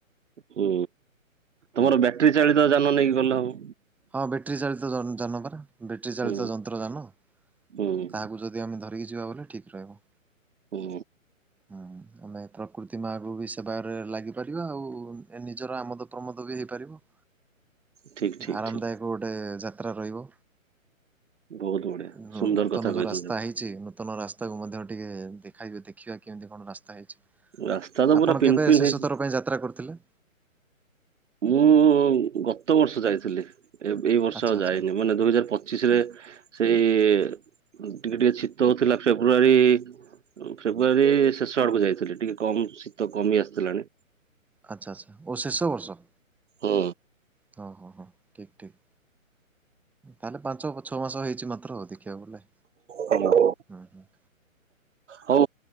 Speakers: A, on the right (about 60°); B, in the centre.
A: ହୁଁ,
B: ହୁଁ
A: ତମର ବ୍ୟାଟେରୀ ଚାଳିତ ଜାନ ନେଇକି ଗଲେ ହବ।
B: ହଁ ବ୍ୟାଟେରୀ ଚାଳିତ ଜାନ ପରା ବେଟିରି ଚାଳିତ
A: ହୁଁ
B: ଯନ୍ତ୍ର ଜାନ।
A: ହୁଁ।
B: କାହାକୁ ଯଦି ଆମେ ଧରିକି ଯିବା ବଲେ ଠିକ୍ ରହିବ।
A: ଉଁ।
B: ହୁଁ ଆମେ ପ୍ରକୃତି ମାକୁ ବି ସେବା ରେ ଲାଗିପାରିବା ଆଉ ନିଜର ଆମ ପ୍ରମୋଦ ବି ହେଇପାରିବ।
A: ଠିକ ଠିକ
B: ଆରାମଦାୟକ
A: ଠିକ
B: ଗୋଟେ ଯାତ୍ରା ରହିବ।
A: ବହୁତ ବଢିଆ
B: ନୁ
A: ସୁନ୍ଦର
B: ନୂତନ
A: କଥା
B: ଯୋଉ
A: କହିଛନ୍ତି।
B: ରାସ୍ତା ହେଇଛି ନୂତନ ରାସ୍ ତାକୁ ମଧ୍ୟ ଟିକେ ଦେଖାଇ ଦେଖିବା କେମିତି କଣ ରାସ୍ତା ହେଇଛି।
A: ରାସ୍ତା ତ ପୁରା
B: ଆପଣ
A: ପିନ୍
B: କେବେ
A: ପିନ୍
B: ଶେଷ
A: ହେଇଛି
B: ଥର ପାଇଁ ଯାତ୍ରା କରଥିଲେ?
A: ମୁଁ ଗତ ବର୍ଷ ଯାଇଥିଲି, ଏଇ ଦୁଇବର୍ଷ
B: ଆଚ୍ଛା
A: ଆଉ
B: ଆଚ୍ଛା
A: ଯାଇନି ମାନେ ଦୁଇ ହଜାର ପଚ ଚିଶ ରେ ସେଇ ଟିକେ ଟିକେ ଶୀତ ହଉଥିଲା ଫେବୃଆରୀ ଫେବୃଆାରୀ ଶେଷ ଆଡକୁ ଯାଇଥିଲି ଟିକେ କମ ଶୀତ କମି ଆସିଥିଲାଣି।
B: ଆଚ୍ଛା ଆଚ୍ଛା, ଓ ଶେଷ ବର୍ଷ।
A: ହୁଁ।
B: ହଁ ହଁ ହଁ, ଠିକ ଠିକ। ତାହେଲେ ପାଞ୍ଚ ଛଅ ମାସ ହେଇଛି ମାତ୍ର ଦେଖିବାକୁ ଗଲେ,
A: ହଁ।
B: ହୁଁ ହୁଁ।
A: ହଉ